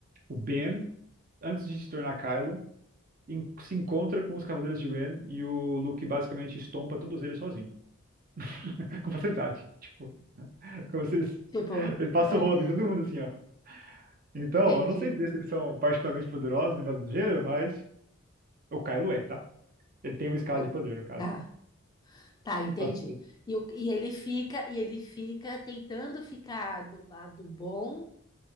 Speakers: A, on the right; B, on the left.
A: o Ben, antes de se tornar Kylo, en- se encontra com os Cavaleiros de Ren e o Luke basicamente estompa todos eles sozinho, <laughs> com facilidade. Tipo, é como se eles,
B: Tipo,
A: ele passa
B: é,
A: o rodo em
B: é,
A: todo mundo assim, ó. Então,
B: entendi.
A: eu não sei dizer se eles são particularmente poderosos nem nada do gênero, mas o Kylo é, tá? Ele tem uma escala
B: O-
A: de poder, no caso.
B: Tá, tá, entendi.
A: Passa o
B: E, o- e ele fica, e ele fica tentando ficar do lado bom.